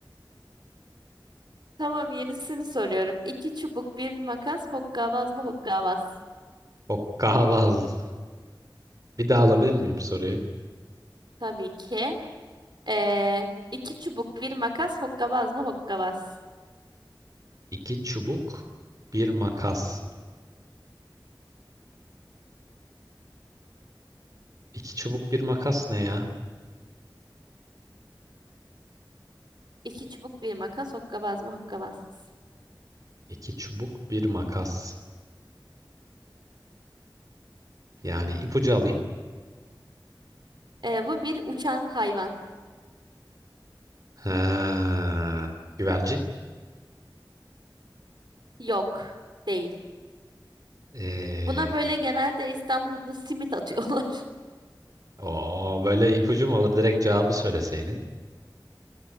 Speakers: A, on the right; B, on the right.
A: Tamam, yenisini soruyorum. İki çubuk bir makas, hokkabaz mı hokkabaz?
B: Hokkabaz. Bir daha alabilir miyim soruyu?
A: Tabii ki. Ee, iki çubuk bir makas hokkabaz mı hokkabaz?
B: İki çubuk, bir makas. İki çubuk, bir makas ne ya?
A: İki çubuk bir makas hokkabaz mı hokkabaz?
B: İki çubuk, bir makas. Yani ipucu alayım.
A: Ee, bu bir uçan hayvan.
B: Ha, güvercin.
A: Yok değil.
B: Ee,
A: Buna böyle genelde İstanbul'da simit atıyorlar.
B: o böyle ipucu mu olur? Direkt cevabı söyleseydin.